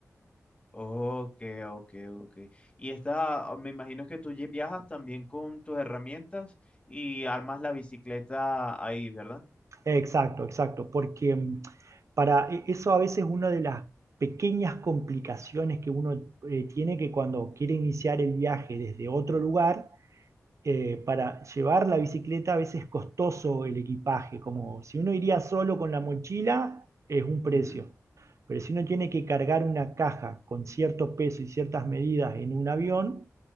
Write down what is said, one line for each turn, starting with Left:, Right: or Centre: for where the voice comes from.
Left: Ok, ok, ok. Y esta, me imagino que tú lle- viajas también con tus herramientas y armas la bicicleta ahí, ¿verdad?
Right: Exacto, exacto, porque mm, para e- eso a veces es una de las pequeñas complicaciones que uno eh, tiene que cuando quiere iniciar el viaje desde otro lugar, eh, para llevar la bicicleta a veces es costoso el equipaje, como si uno iría solo con la mochila, es un precio.
Left: Ujú.
Right: Pero si uno tiene que cargar una caja con cierto peso y ciertas medidas en un avión,